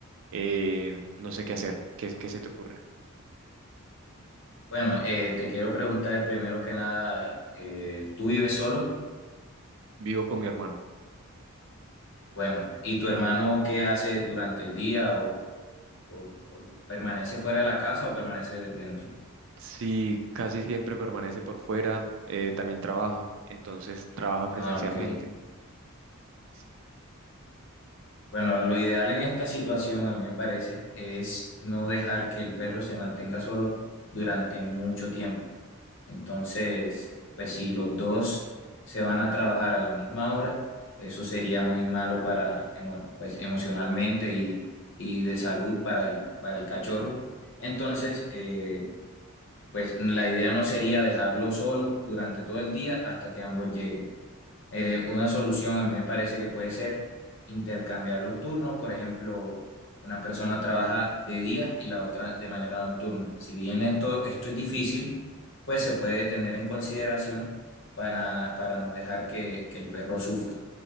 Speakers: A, on the right (about 60°); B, on the left (about 55°).
A: Eh, no sé qué hacer. ¿Qué, qué se te ocurre?
B: Bueno, eh, te quiero preguntar primero que nada, eh, ¿tú vives solo?
A: Vivo con mi hermano.
B: Bueno, ¿y tu hermano qué hace durante el día o, o- o permanece fuera de la casa o permanece dentro?
A: Sí, casi siempre permanece por fuera, eh, también trabaja, entonces trabaja presencialmente.
B: Ah, ok.
A: Sí.
B: Bueno, lo ideal en esta situación, a mí me parece, es no dejar que el perro se mantenga solo durante mucho tiempo. Entonces, pues si los dos se van a trabajar a la misma hora, eso sería muy malo para, emo- pues, emocionalmente y, y de salud para el, para el cachorro. Entonces, eh, pues la idea no sería dejarlo solo durante todo el día hasta que ambos lleguen. Eh, una solución a mí me parece que puede ser intercambiar los turnos, por ejemplo, una persona trabaja de día y la otra de manera nocturna. Si bien esto, esto es difícil, pues se puede tener en consideración para, para no dejar que, que el perro sufra.